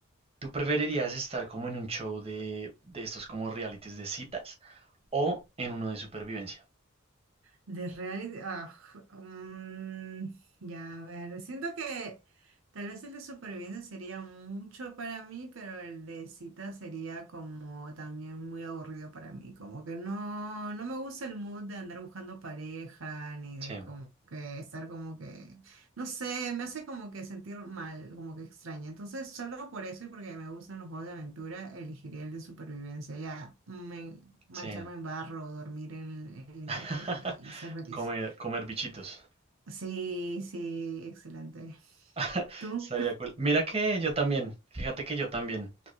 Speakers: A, on the right; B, on the right.
A: ¿Tú preferirías estar como en un show de, de estos como realities de citas o en uno de supervivencia?
B: De reality, ah, mm, ya, a ver, siento que tal vez el de supervivencia sería mucho para mí, pero el de cita sería como también muy aburrido para mí, como que no, no me gusta el mood de andar buscando pareja, ni de
A: Sí,
B: como que estar como que No sé, me hace como que sentir mal, como que extraña. Entonces, solo por eso y porque me gustan los juegos de aventura, elegiría el de supervivencia. Ya, me- mancharme
A: sí.
B: en barro, dormir en, en la intemperie
A: <laughs>
B: y ser feliz.
A: Comer, comer bichitos.
B: Sí, sí, excelente.
A: <laughs>
B: ¿Tú?
A: Estaría cool. Mira que yo también, fíjate que yo también.